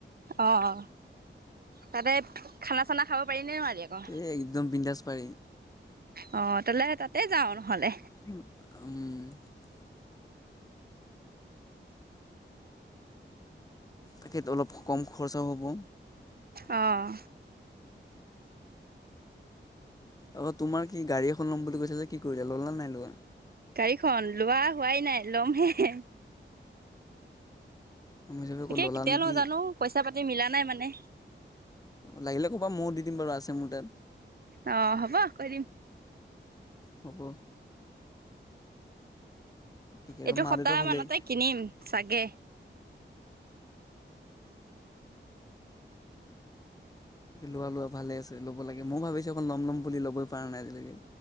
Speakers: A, on the right (about 50°); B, on the left (about 20°).
A: অ অ তাতে খানা চানা খাব পাৰি নে নোৱাৰি আকৌ
B: এই একদম বিন্দাস পাৰি।
A: অ তেনেহলে তাতে যাওঁ নহলে।
B: উম তেখেত অলপ কম খৰচাও হ'ব।
A: অঁ
B: আকৌ তোমাৰ কি গাড়ী এখন ল'ম বুলি কৈছিলা যে কি কৰিলা ল'লা নে নাই।
A: গাড়ীখন লোৱা হোৱাই নাই লমহে।
B: অ মই ভাবিছোঁ
A: তাকে
B: আকৌ ল'লা
A: কেতিয়া
B: নেকি
A: লও জানো পইচা পাতি মিলা নাই মানে।
B: লাগিলে ক'বা ময়ো দিম দিম বাৰু আছে মোৰ তাত।
A: অ হ'ব কৰি দিম।
B: হ'ব। তাকে আৰু
A: এইটো
B: মা
A: সপ্তাহ
B: দেউতা ভালেই
A: মানতে কিনিম। চাগে
B: লোৱা লোৱা ভালে আছে ল'ব লাগে ময়ও ভাবিছো এখন লম ল'ম বুলি লবই পৰা নাই আজিলৈকে